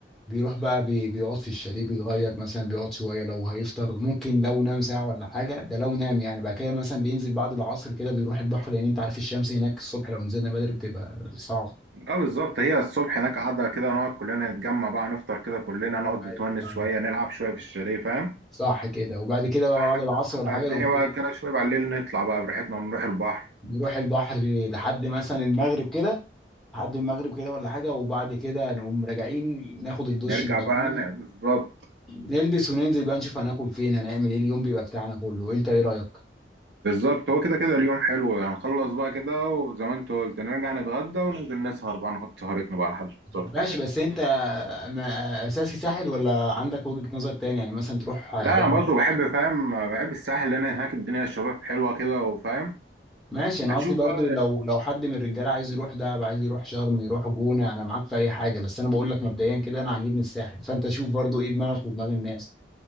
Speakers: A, in the centre; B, on the right.
A: بيروح بقى بي... بيقعد في الشاليه بيتغير مثلا بيقعد شويه لو هيفطر ممكن لو نام ساعه ولا حاجه ده لو نام يعني بعد كده مثلا بينزل بعد العصر كده بيروح البحر لان انت عارف الشمس هناك الصبح لو نزلنا بدري بتبقى صعب
B: اه بالظبط هي الصبح هناك قاعده كده نقعد كلنا نتجمع بقى نفطر كده كلنا نقعد
A: ايوه
B: نتونس شويه نلعب شويه في الشاليه فاهم
A: صح كده وبعد كده بقى
B: لحد
A: بعد العصر ولا
B: ما
A: حاجه
B: الدنيا
A: نقوم
B: بقى
A: ايه
B: كده شويه بالليل نطلع بقى براحتنا نروح البحر
A: نروح البحر لحد مثلا المغرب كده لحد المغرب كده ولا حاجه وبعد كده نقوم راجعين ناخد الدش
B: نرجع
A: المتين
B: بقى ن- بالظبط
A: نلبس وننزل بقى نشوف هناكل فين هنعمل ايه اليوم بيبقى بتاعنا كله انت ايه رايك
B: بالظبط هو كده كده اليوم حلو هنخلص بقى كده وزي ما انت قلت نرجع نتغدى وننزل نسهر بقى نحط سهرتنا بقى لحد الصبح
A: ماشي
B: براحتنا
A: بس انت ما- اساسي ساحل ولا عندك وجهة نظر تاني يعني مثلا تروح
B: لا
A: دهب
B: انا برضو بحب فاهم بحب الساحل لان هناك الدنيا الشباب حلوه كده وفاهم
A: ماشي انا
B: هتشوف
A: قصدي برضو
B: بقى
A: لو لو حد من الرجاله عايز يروح دهب عايز يروح شرم يروح جونة انا معاك في اي حاجة بس انا بقول لك مبدئيا كده انا عاجبني الساحل فانت شوف برضو ايه دماغك ودماغ الناس